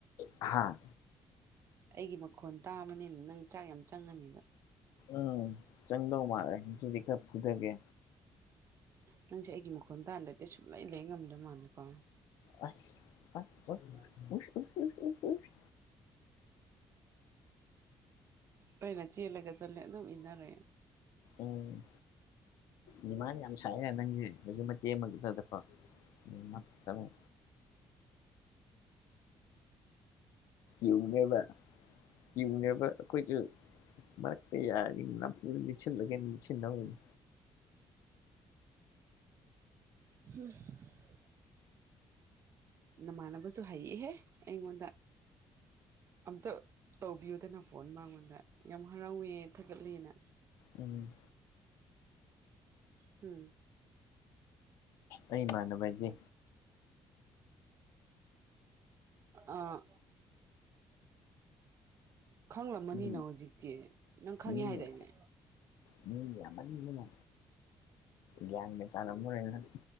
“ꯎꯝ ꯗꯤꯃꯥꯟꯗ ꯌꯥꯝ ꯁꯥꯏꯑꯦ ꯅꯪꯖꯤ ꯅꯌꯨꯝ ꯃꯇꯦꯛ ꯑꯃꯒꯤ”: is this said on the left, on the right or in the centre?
Left